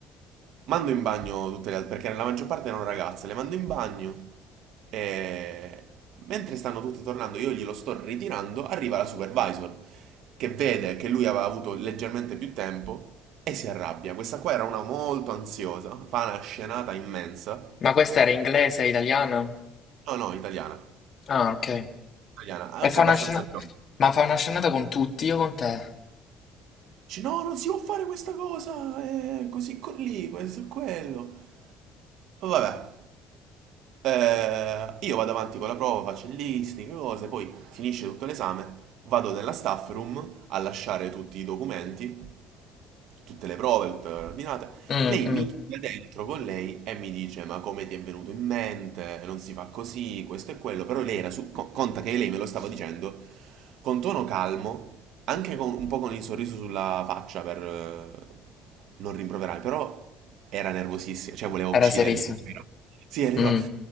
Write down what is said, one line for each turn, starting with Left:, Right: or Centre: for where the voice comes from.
Right: Mando in bagno tutte le altre, perché la maggior parte erano ragazze, le mando in bagno e mentre stanno tutti tornando, io glielo sto ritirando, arriva la supervisor che vede che lui aveva avuto leggermente più tempo e si arrabbia. Questa qua era una molto ansiosa, fa una scenata immensa.
Left: Ma questa era inglese, italiana?
Right: No, no, italiana,
Left: Ah, ok.
Right: italiana, anche
Left: E fa
Right: abbastanza
Left: una scena,
Right: giovane.
Left: ma fa una scenata con tutti, io con te?
Right: Dice, no, non si può fare questa cosa, eh, così, con lì, questo e quello. Vabbè, Eh, io vado avanti con la prova, faccio il listening, cose, poi finisce tutto l'esame, vado nella staff room a lasciare tutti i documenti, tutte le prove, tutte le ordinate.
Left: Mm,
Right: Lei
Left: mm.
Right: mi chiude dentro con lei e mi dice: Ma come ti è venuto in mente? Non si fa così, questo e quello. Però lei era su. co- Conta che lei me lo stava dicendo con tono calmo, anche con un po' con il sorriso sulla faccia per eh, non rimproverarmi. Però era nervosissima, cioè voleva
Left: Era
Right: uccidermi.
Left: serissimo.
Right: Tipo, era- Sì, era tipo,
Left: Mm.